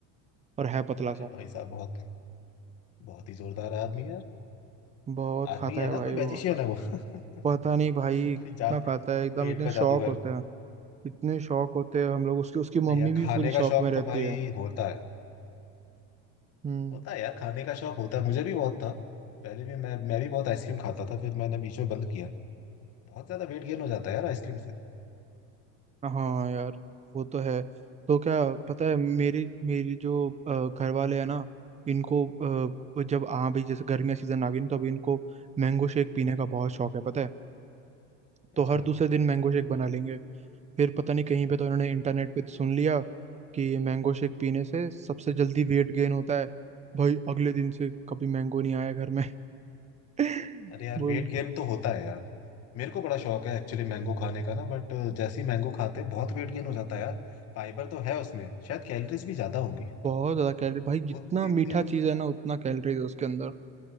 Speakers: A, on the right; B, on the left.
A: और है पतला
B: अरे
A: सा
B: भाई साहब बहुत बहुत ही जोरदार आदमी है यार
A: बहुत
B: आदमी
A: खाता
B: है
A: है
B: ना
A: भाई
B: कोई मैजिशियन
A: वो
B: है वो <laughs>
A: पता नहीं भाई
B: कोई
A: कितना
B: जा
A: खाता है एकदम
B: पेट
A: इतने
B: का
A: शौक
B: जादूगर
A: होते हैं इतने शौक होते हैं हम लोग उसकी उसकी
B: नहीं
A: मम्मी
B: यार
A: भी
B: खाने
A: फुल
B: का
A: शौक
B: शौक
A: में रहती
B: तो भाई
A: है
B: होता है
A: हम्म
B: होता है यार खाने का शौक होता है मुझे भी बहुत था पहले भी मैं मैं भी बहुत आइसक्रीम खाता था फिर मैंने बीच में बंद किया बहुत ज्यादा वेट गेन हो जाता है यार आइसक्रीम से
A: हाँ यार वो तो है तो क्या पता है मेरी मेरी जो अ, घर वाले हैं ना इनको अ, वो जब आ भी जैसे गर्मी का सीजन आ गई ना, तो अभी इनको मैंगो शेक पीने का बहुत शौक है पता है
B: अच्छा
A: तो हर दूसरे दिन मैंगो शेक बना लेंगे फिर पता नहीं कहीं पे तो इन्होंने इंटरनेट पे सुन लिया कि मैंगो शेक पीने से सबसे जल्दी वेट गेन होता है भाई अगले दिन से कभी मैंगो नहीं आया घर में <laughs>
B: अरे यार
A: बोल
B: वेट गेन तो होता है यार मेरे को बड़ा शौक है एक्चुअली मैंगो खाने का ना बट जैसे ही मैंगो खाते बहुत वेट गेन हो जाता है यार फाइबर तो है उसमें शायद कैलोरीज भी ज्यादा होंगी
A: बहुत ज्यादा कैलोरी भाई जितना
B: दो तीन
A: मीठा
B: दिन
A: चीज है ना उतना कैलोरीज है उसके अंदर